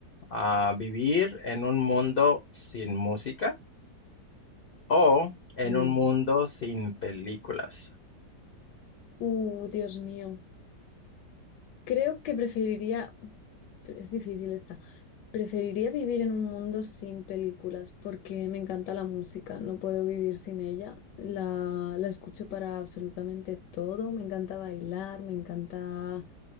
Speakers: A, on the left (about 60°); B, on the left (about 75°).
A: Ah, ¿vivir en un mundo sin música o en
B: Mm.
A: un mundo sin películas?
B: Uh, Dios mío. Creo que preferiría... Es difícil esta. Preferiría vivir en un mundo sin películas porque me encanta la música, no puedo vivir sin ella. La, la escucho para absolutamente todo, me encanta bailar, me encanta